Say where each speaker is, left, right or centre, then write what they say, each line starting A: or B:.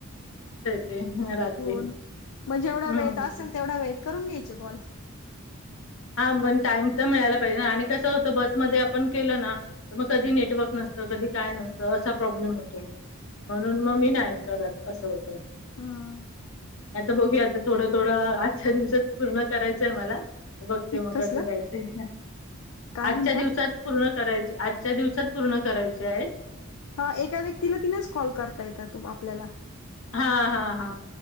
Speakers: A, on the left; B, on the left.
A: ते हं रात्री.
B: हो ना मग जेवढा
A: हम्म
B: वेेळेत असेल तेवढा वेळेत करून घ्यायचे कॉल.
A: हा पण टाइम तर मिळायला पाहिजे ना. आणि कसं होतं बसमध्ये आपण केलं ना -- मग कधी नेटवर्क नसतं. कधी काय नसतं. असा प्रॉब्लेम होतो. म्हणून मग मी नाही करत. असं होतं.
B: हम्म
A: आता बघूया आता थोडं थोडं आजच्या दिवसात पूर्ण करायचंय मला. बघते मग
B: कसलं
A: कसं काय ते.
B: काय
A: आजच्या
B: म्हणता?
A: दिवसात -- पूर्ण करायची. आजच्या दिवसात पूर्ण करायचे आहे.
B: हा एका व्यक्तीला तिनच कॉल करता येतात तू आपल्याला.
A: हा. हा. हा.